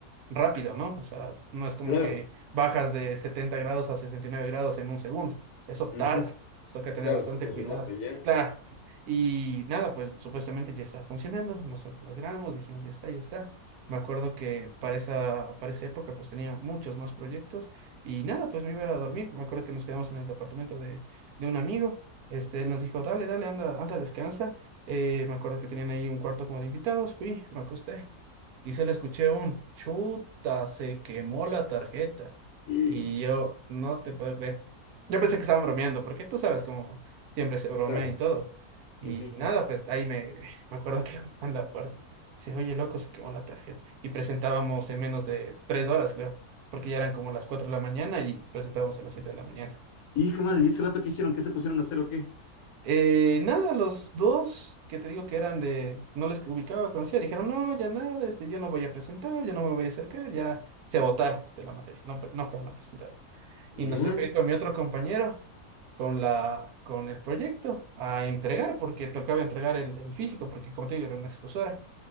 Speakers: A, on the right (about 75°); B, on the left (about 70°).
A: rápido, ¿no? O sea, no es como
B: claro.
A: que bajas de 70 grados a 69 grados en un segundo. O sea, eso
B: ujú,
A: tarda. eso hay que tener
B: Claro,
A: bastante
B: se tomó
A: cuidado.
B: su rato, ya.
A: Claro. Y nada, pues supuestamente ya está funcionando. Nos alegramos, dijimos, ya está, ya está. Me acuerdo que para esa, para esa época pues tenía muchos más proyectos y nada, pues me iba a dormir. Me acuerdo que nos quedamos en el apartamento de, de un amigo. Este, él nos dijo, dale, dale, anda, anda, descansa. Eh, me acuerdo que tenían ahí un cuarto como de invitados. Fui, me acosté y solo escuché un chuta, se quemó la tarjeta.
B: Y,
A: Y yo no te puedo creer. Yo pensé que estaban bromeando, porque tú sabes cómo siempre se bromea
B: Claro.
A: y todo. Y
B: ujú.
A: nada, pues ahí me, me acuerdo que <laughs> en la puerta. Dice, oye, loco, se quemó la tarjeta. Y presentábamos en menos de tres horas, creo, porque ya eran como las cuatro de la mañana y presentábamos a las siete de la mañana.
B: Hijo de madre, ¿y ese rato qué hicieron? ¿Qué se pusieron a hacer o qué?
A: Eh, nada, los dos que te digo que eran de, no les ubicaba, conocía, dijeron, no, ya nada, este, yo no voy a presentar, ya no me voy a acercar, ya se votaron de la materia, no, pre- no fueron a presentar.
B: Ya.
A: Y nos tocó ir con mi otro compañero, con la, con el proyecto, a entregar, porque tocaba entregar el, el físico, porque como te digo, era una extrusora.